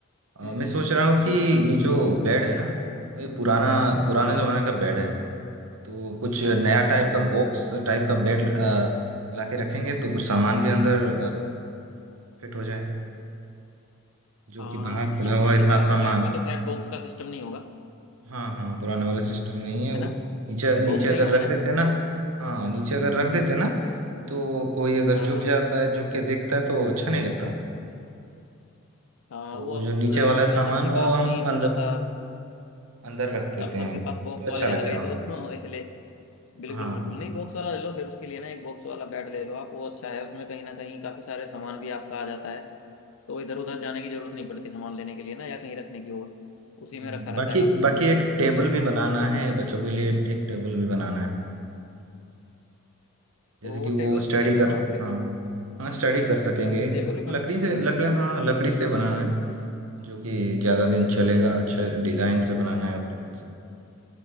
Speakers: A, on the right; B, on the left.
A: अ,
B: हम्म
A: मैं सोच रहा हूँ कि ये जो बेड है ना ये पुराना पुराने
B: हाँ
A: जमाने का बेड है तो कुछ नया टाइप का बॉक्स टाइप का बेड लाके रखेंगे तो कुछ सामान भी अंदर फिट हो जाएगा जो
B: हाँ
A: कि बाहर पड़ा
B: ये
A: हुआ
B: पुराने
A: है इतना
B: वाला
A: सामान
B: होगा इसमें तो खैर बॉक्स का सिस्टम नहीं होगा
A: हाँ हाँ पुराने वाला सिस्टम नहीं है
B: है
A: वो
B: ना
A: नीचे
B: बॉक्स
A: नीचे अगर
B: नहीं होगा
A: रख
B: ना इसमें
A: देते ना हाँ नीचे अगर रख
B: हम्म
A: देते ना तो कोई अगर
B: हाँ
A: झुक
B: हाँ
A: जाता है झुक के देखता है तो अच्छा नहीं लगता
B: हाँ
A: तो
B: वो
A: वो
B: अब
A: जो नीचे
B: एक्चुअली
A: वाला सामान
B: सबके
A: वो
B: पास
A: हम
B: में ही
A: अंदर
B: थोड़ा सा
A: अंदर
B: हम्म,
A: रख देते
B: अब सबके
A: हैं
B: पास बॉक्स
A: तो
B: वाले
A: अच्छा लगेगा
B: आ गए तो <laughs> इसलिए बिल्कुल
A: हाँ
B: बिल्कुल नहीं बॉक्स वाला ले लो फिर उसके लिए ना एक बॉक्स वाला बेड ले लो आप वो अच्छा है उसमें कहीं ना कहीं काफी सारे सामान भी आपका आ जाता है तो इधर उधर जाने की जरूरत नहीं पड़ती सामान लेने के लिए ना या कहीं रखने की और उसी
A: हम्म,
B: में रखा रहता
A: बाकी
B: है काफी सामान
A: बाकी एक टेबल भी बनाना है बच्चों के लिए एक टेबल भी बनाना है जैसे
B: तो
A: कि वो
B: टेबल
A: स्टडी
B: भी एक
A: कर
B: हाँ टे,
A: हाँ हाँ स्टडी कर सकेंगे
B: टेबल भी बना
A: लकड़ी
B: सकते
A: से
B: हैं कोई
A: लकड़ी
B: दिक्कत नहीं
A: हाँ लकड़ी
B: हम्म
A: से बनाना
B: हम्म।
A: है जो कि ज्यादा दिन चलेगा अच्छा डिजाइन से बनाना है अपने खुद से